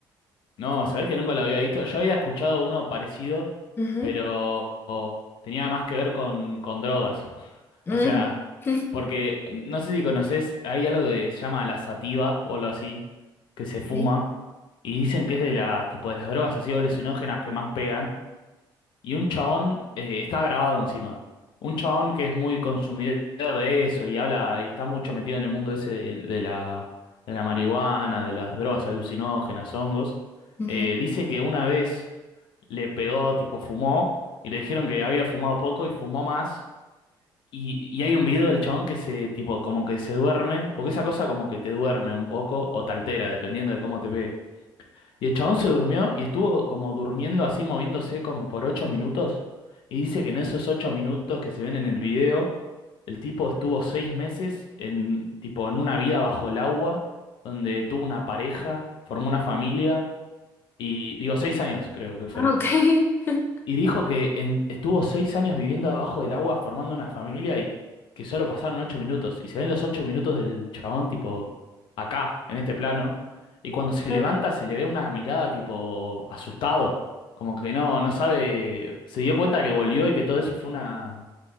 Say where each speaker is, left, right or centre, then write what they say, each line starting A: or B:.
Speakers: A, on the left (about 75°); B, on the left (about 25°).
A: No, ¿sabés que nunca lo había visto? Yo había escuchado uno parecido,
B: Ujú.
A: pero o, tenía más que ver con, con drogas. <laughs>
B: Mm.
A: O sea,
B: <laughs>
A: porque no sé si conocés, hay algo que se llama la sativa o algo así, que se fuma,
B: Sí.
A: y dicen que es de la, tipo de las drogas así alucinógenas que más pegan. Y un chabón, eh, está grabado encima. Un chabón que es muy consumidor de eso y habla y está mucho metido en el mundo ese de, de la, de la marihuana, de las drogas alucinógenas, hongos.
B: Ujú.
A: eh, dice que una vez le pegó, tipo fumó, y le dijeron que había fumado poco y fumó más. Y, y hay un video del chabón que se, tipo, como que se duerme, porque esa cosa como que te duerme un poco o te altera, dependiendo de cómo te pegue. Y el chabón se durmió y estuvo como durmiendo así, moviéndose como por ocho minutos. Y dice que en esos ocho minutos que se ven en el video, el tipo estuvo seis meses en, tipo, en una vida bajo el agua, donde tuvo una pareja, formó una familia, y digo, seis años creo que fueron.
B: Ah, ok. <laughs>
A: Y dijo que en- estuvo seis años viviendo abajo del agua formando una familia y que solo pasaron ocho minutos. Y se ven los ocho minutos del chabón, tipo, acá, en este plano. Y cuando se
B: Ah.
A: levanta se le ve una mirada, tipo, asustado. Como que no, no sabe, se dio cuenta que volvió y que todo eso fue una,